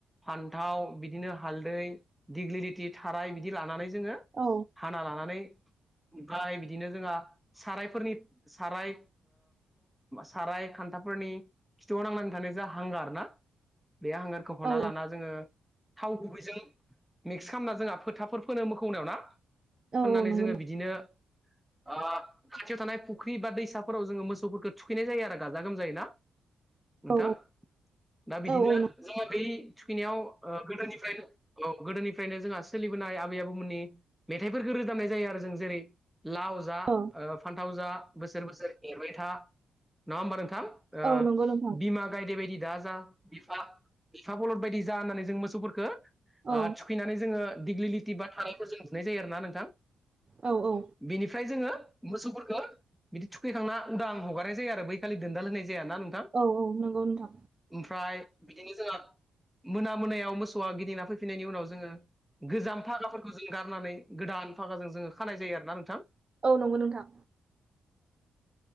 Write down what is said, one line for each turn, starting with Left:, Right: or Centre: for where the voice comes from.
Centre: फान्थाव बिदिनो हालदै दिग्लि रिथि थाराय बिदि लानानै जोङो
Right: औ।
Centre: खाना लानानै ओमफ्राय बिदिनो जोंहा सारायफोरनि साराय साराय खान्थाफोरनि खिथुआव नांनानै थानाय जा हांगार ना बे हांगार खौ हना
Right: औ
Centre: लाना जोङो थाव गुबैजों मिक्स खालामना जोंहा फोथाफोर फोनो मोखौनियाव ना
Right: औ
Centre: फोननानै
Right: औ नंगौ
Centre: जोङो
Right: नों
Centre: बिदिनो आ खाथियाव थानाय फुख्रि बा दैसाफोराव जोङो मोसौफोरखौ थुखैनाय जायो आरो गाजा गोमजाय ना? नोंथां
Right: औ
Centre: दा बिदिनो
Right: औ औ नंगौ
Centre: जोङो बै थुखैनायाव ओ गोदोनिफ्रायनो औ गोदोनिफ्रायनो जोंहा सोलिबोनाय आबै आबौमोननि मेथाइफोरखौ रोजाबनाय जायो आरो जों जेरै लाव जा
Right: औ
Centre: ओ फानथाव जा बोसोर बोसोर एरबाय था नङा होमबा नोंथां? ओ
Right: औ नंगौ नोंथां
Centre: बिमा गायदे बायदि दा जा बिफा बिफा बलद बायदि जा होननानै जों मोसौफोरखो
Right: औ
Centre: ओ थुखैनानै जोङो दिग्लिटि बा थारायखौ जों बुनाय जायो आरोना नोंथां
Right: औ औ
Centre: बिनिफ्राय जोङो मोसौफोरखो बिदि थुखैखांना उदां हगारनाय जायो आरो बैखालि दोनदाल होनाय जाय ना नोंथां?
Right: औ औ नंगौ नोंथां
Centre: ओमफ्राय बिदिनो जोंहा मोना मोनायाव मोसौआ गिदि फिननायनि उनाव जोङो गोजाम फागाफोरखौ जों गारनानै गोदान फागाजों जोङो खानाय जायो आरोना नोंथां
Right: औ नंगौ नोंथां